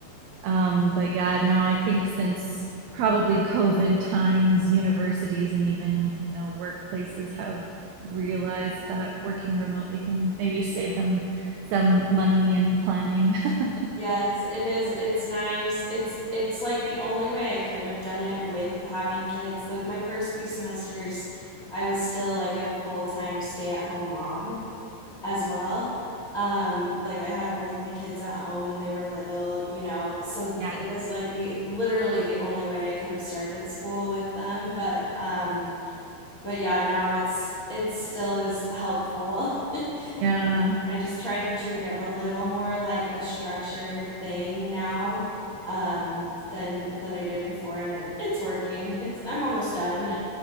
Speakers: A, on the right (about 85°); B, on the left (about 40°).
A: Um, but yeah, now I think since probably COVID times, universities and even you know workplaces have realized that working remotely can maybe save them some money and planning. <laughs>
B: Yes, it is. It's nice. It's it's like the only way I could have done it with having kids. The, my first few semesters, I was still like a full-time stay-at-home mom as well. Um, like I had both my kids at home and they were little, you know. So
A: Yeah.
B: it was like the literally the only way I could have started school with them, but um but yeah, now it's it still is helpful. <laughs>
A: Yeah.
B: I just try to treat it a little more like a structured thing now um, than than I did before, and it, it's working. It's I'm almost done.